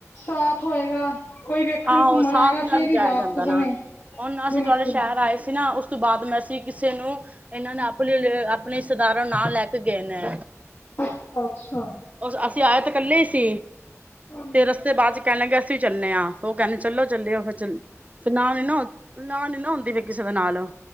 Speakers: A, on the left; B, on the right.
A: ਸਾਥ ਹੋਏਗਾ। ਕੋਈ ਵੇਖਨ
B: ਆਹੋ
A: ਘੁੰਮਨ
B: ਸਾਥ
A: ਆਏਗਾ
B: ਨਾਲ
A: ਫੇਰ ਹੀ
B: ਜਾਏਆ
A: ਜਾ
B: ਜਾਂਦਾ
A: ਸਕਦੇ
B: ਨਾ, ਹੋਨ ਅਸੀਂ
A: ਬਿਲਕੁਲ
B: ਤੁਆਡੇ ਸ਼ੈਰ ਆਏ ਸੀ ਨਾ ਉਸ ਤੋ ਬਾਦ ਮੈ ਅਸੀ ਕਿਸੇ ਨੂੰ ਏਨਾਂ ਨੇ ਆਪਲੇ ਏ ਆਪਨੇ ਇਸ਼ਤੇਦਾਰਾ ਨੂ ਨਾਲ ਲੈ ਕੇ ਗਏ ਨੇ।
A: ਅੱਛਾ ਅੱਛਾ।
B: ਓਸ ਅਸੀਂ ਆਏ ਤੇ ਕੱਲੇ ਈ ਸੀ,
A: ਹਾਂਜੀ
B: ਫੇਰ ਰਸਤੇ ਬਾਚ ਕੈਨ ਲੱਗੇ ਅਸੀਂ ਵੀ ਚੱਲਨੇ ਆਂ। ਓ ਕੈਂਦੇ ਚਲੋ ਚੱਲਿਏ ਫੇਰ ਚੱਲ, ਤੇ ਨਾਲੇ ਨਾ ਨਾ ਨੀ ਨਾ ਹੁੰਦੀ ਫੇਰ ਕਿਸੇ ਦੇ ਨਾਲ।